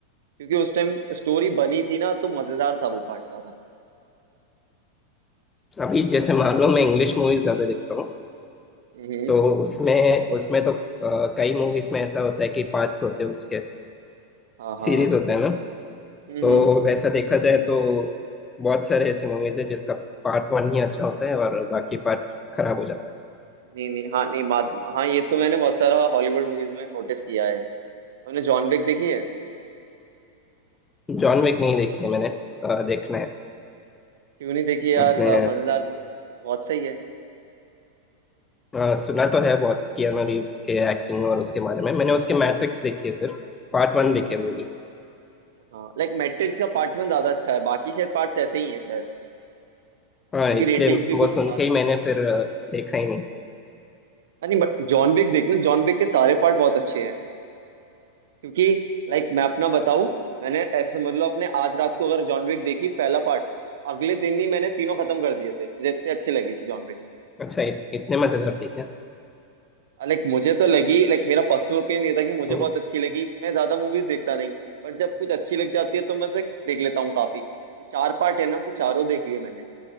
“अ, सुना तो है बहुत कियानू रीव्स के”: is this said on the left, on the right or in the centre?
Left